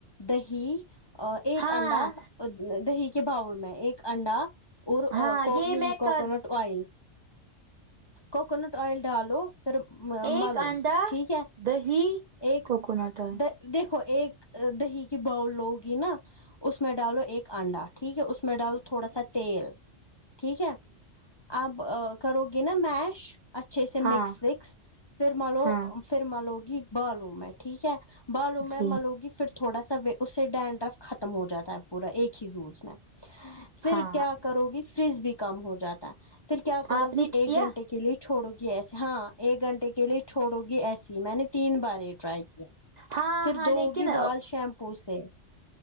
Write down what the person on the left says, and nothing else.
دہی آ ایک
انڈا دہی کے باؤل میں ایک انڈا اور
آ کو
یہی
کوکونٹ
آئل کوکونٹ آئل ڈالو پھر ما
ملو
ٹھیک ہے
ایک
دا دیک ایک دہی کی باؤل لوگی نا اس میں ڈالو ایک انڈا ٹھیک ہے اس میں ڈالو تھوڑا سا تیل ٹھیک ہے اپ کرو گے نا میش اچھے سے مکس
وکس پھر مالو
پھر ملو گی بالو میں ٹھیک ہے بالو
میں ملو گی پھر تو تھوڑا سا اس سے ڈینڈر ختم ہو جاتا پورا ایک ہی یوز میں پھر
کیا کرو گی فریج بھی کم ہو جاتا ہے پھر کیا کرو
گی
ایک گھنٹے کے لیے چھوڑو گی ایسے ہاں ایک گھنٹے کے لیے چھوڑو گی ایسے میں نے تین بار یہ ٹرائی کیا
پھر
دو
ہوگی بال شیمپو سے